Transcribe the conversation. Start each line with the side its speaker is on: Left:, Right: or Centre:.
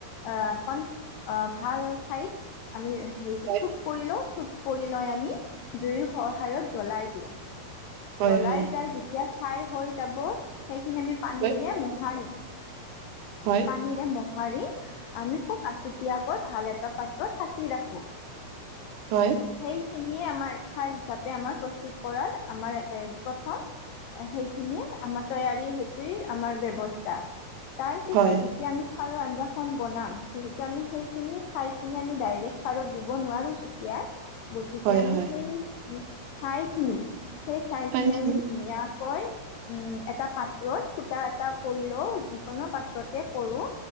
Left: অ'এখন অ' ভাল ঠাইত আমি হেৰি
Right: হয়
Left: থোপ কৰি লও থোপ কৰি লৈ আমি জুইৰ সহায়ত জ্বলাই দিওঁ।
Right: হয়
Left: জ্বলাই
Right: হয়
Left: যাই যেতিয়া চাই হৈ যাব সেইখিনি আমি পানীৰে
Right: হয়
Left: মোহাৰিম
Right: হয়।
Left: পানীৰে মোহাৰি আমি খুব আছুতীয়াকৈ ভাল এটা পাত্ৰত সাঁচি ৰাখো।
Right: হয়।
Left: সেইখিনিয়ে আমাৰ খাৰ হিচাপে আমাৰ প্ৰস্তুত কৰাৰ আমাৰ এ প্ৰথম সেইখিনি আমাৰ তৈয়াৰী সেইটোৱে আমাৰ ব্যৱস্থা। তাৰ পিছত
Right: হয়
Left: যেতিয়া আমি সাৰৰ আঞ্জাখন বনাম যিহেতু আমি সেইখিনি চাই খি আমি ডাইৰেক্ট সাৰত দিব নোৱাৰো ছুতিয়াই গতিকে
Right: হয় হয়
Left: আমি
Right: হয়
Left: সেই ছাইখিনি সেই ছাইখিনি
Right: চাইছো
Left: আমি ধুনীয়া কৈ উম, এটা পাত্ৰত ফুটা এটা কৰি লও যিকোনো পাত্ৰতে কৰো।